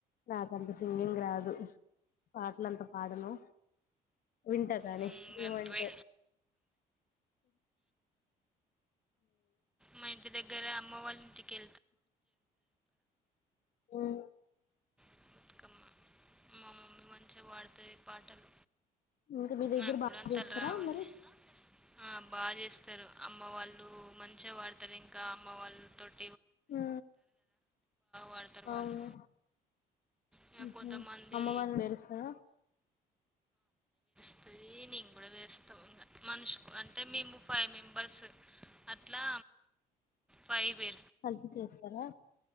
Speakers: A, on the left; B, in the centre.
A: నాకంత సింగింగ్ రాదు పాటలంతా పాడను వింటా కానీ
B: ఇంగ
A: విన్మంటే
B: నువ్వే మా ఇంటి దగ్గర అమ్మ వాళ్ళ ఇంటికె
A: హుమ్
B: బతుకమ్మ మా మమ్మీ మంచిగా పాడుతది పాటలు
A: ఇంకా మీ దగ్గర
B: నాకు
A: బా
B: కూడా అంతలు
A: చేస్తరా
B: రావులే
A: మరి
B: ఆ బాగా చేస్తరు అమ్మ వాళ్ళు మంచిగా వాడతారు ఇంకా అమ్మ వాళ్ళు త
A: హ
B: పాడతారు
A: అవును
B: వాళ్ళు ఇగ
A: హు
B: కొంతమంది
A: హు అమ్మవారి మెరుస్తరా
B: అది నేను కూడా వేస్తాం మనుషుకు అంటే మేము ఫైవ్ మెంబర్స్ అట్లా ఫైవ్ వే
A: కలిపి చేస్తరా